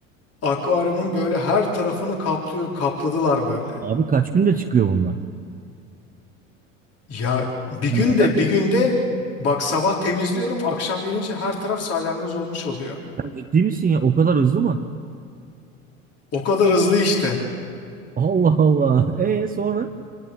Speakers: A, on the left; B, on the right.
A: Akvaryumun böyle her tarafını kaplıyor, kapladılar böyle.
B: Abi kaç günde çıkıyor bunlar?
A: Ya bir
B: Hani
A: günde
B: hemen mi?
A: bir günde bak sabah temizliyorum akşam gelince her taraf salyangoz olmuş oluyor.
B: Sen ciddi misin ya? O kadar hızlı mı?
A: O kadar hızlı işte.
B: Allah Allah. <laughs> E sonra?